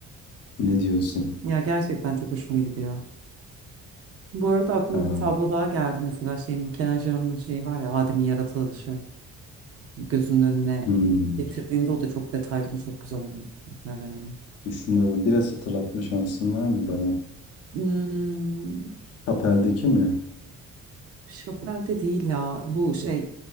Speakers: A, on the left; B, on the right.
A: Ne diyorsun?
B: Ya gerçekten çok hoşuma gidiyor. Bu arada aklıma
A: Aa,
B: bir tablo daha geldi mesela şey Michelangelo'nun şeyi var ya Adem'in yaratılışı gözünün önüne
A: hmm,
B: getirdiğinde o da çok detaylı ve çok güzel bir eser yani.
A: düşünüyorum. Biraz hatırlatma şansın var mı bana?
B: Hmm,
A: Kapel'deki mi?
B: Chapelle de değil ya bu şey